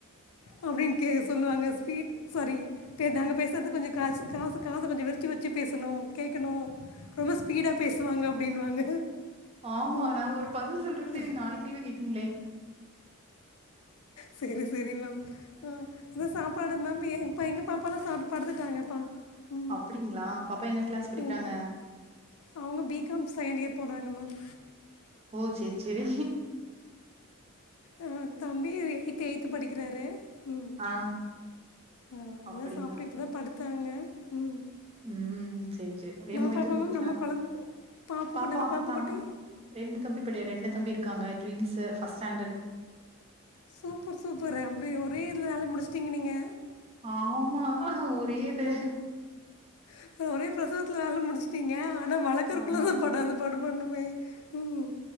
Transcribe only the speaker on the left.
அப்படின்னு கே சொல்லுவாங்க ஸ்வீட் சாரி நாங்க பேசுறது கொஞ்ச காசு காசு காத கொஞ்ச விரச்சி வச்சு பேசணு கேக்கணு ரொம்ப ஸ்பீடா பேசுவாங்க அப்படின்வாங்க
அ
செரி செரி மேம் ஆ என்ன சாப்பாடு மேம் எ எங்க பாப்பாலா சாப்டு படுத்துட்டாங்கப்பா ம்
ம் அவங்க பி காம் செகண்ட் இயர் போறாங்க மேம்
அ தம்பி எயித் எயி்த்த படிக்கிறாரு ம்
ஆ
எல்லா சாப்ட்டு இப்பதா படுத்தாங்க ம்
நம்ம
பாப்பா
மேம் நம்ம குழந்த பாப்பு
கு- நம்ம பாப்பு
குட்டி
சூப்பர் சூப்பர ஒரு ஒரே இதுல தான முடிச்சிட்டிங்க நீங்க
அப்பற ஒரே பிரசவத்துல வேல முடிச்சுட்டீங்க ஆனா வழக்கறக்குள்ள
தா பாடத பாடு பாடணுமே ம்